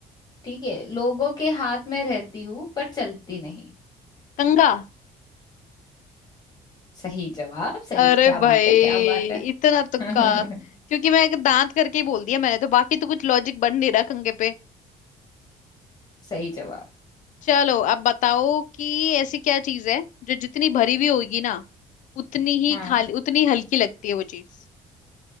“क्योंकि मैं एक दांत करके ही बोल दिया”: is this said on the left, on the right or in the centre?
Left